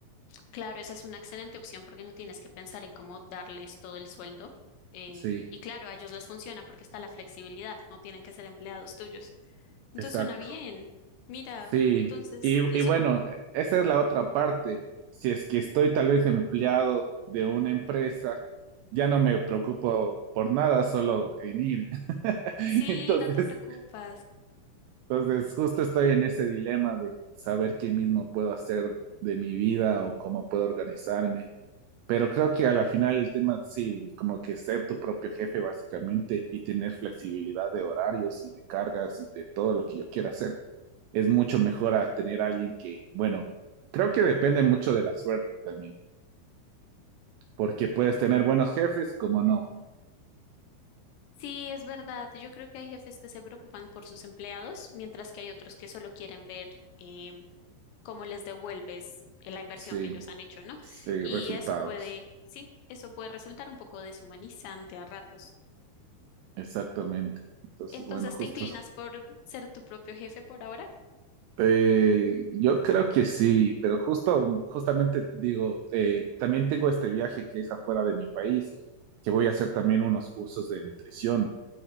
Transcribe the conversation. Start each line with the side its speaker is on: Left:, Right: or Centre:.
Left: Claro, esa es una excelente opción porque no tienes que pensar en cómo darles todo el sueldo. Eh,
Right: Sí,
Left: y claro, a ellos les funciona porque está la flexibilidad, no tienen que ser empleados tuyos. Entonces
Right: exacto.
Left: suena bien. Mira,
Right: Sí,
Left: entonces,
Right: y,
Left: eso
Right: y bueno, esa es la otra parte. Si es que estoy tal vez empleado de una empresa, ya no me preocupo por nada, solo en ir. <laughs>
Left: sí,
Right: Entonces,
Left: no te preocupas.
Right: entonces justo estoy en ese dilema de saber qué mismo puedo hacer de mi vida o cómo puedo organizarme. Pero creo que a la final el tema, sí, como que ser tu propio jefe básicamente y tener flexibilidad de horarios y de cargas y de todo lo que yo quiera hacer, es mucho mejor a tener alguien que, bueno, creo que depende mucho de la suerte también, porque puedes tener buenos jefes como no.
Left: Sí, es verdad. Yo creo que hay jefes que se preocupan por sus empleados, mientras que hay otros que solo quieren ver em, cómo les devuelves eh, la inversión
Right: Sí,
Left: que ellos han hecho, ¿no?
Right: sí,
Left: Y
Right: resultados.
Left: eso puede, sí, eso puede resultar un poco deshumanizante a ratos.
Right: Exactamente. Entonces,
Left: Entonces,
Right: bueno, justo,
Left: ¿te inclinas por ser tu propio jefe por ahora?
Right: Eh, yo creo que sí, pero justo, justamente digo, eh, también tengo este viaje que es afuera de mi país, que voy a hacer también unos cursos de nutrición